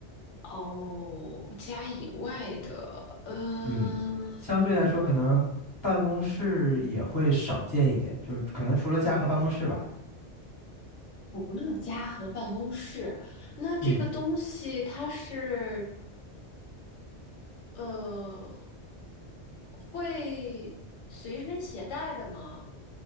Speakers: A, on the left; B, on the left.
A: 哦，家以外的，嗯、
B: 嗯，相对来说，可能办公室也会少见一点，就是可能除了家和办公室吧。
A: 除了家和办公室，那这个东西它是
B: 嗯，
A: 呃会随身携带的吗？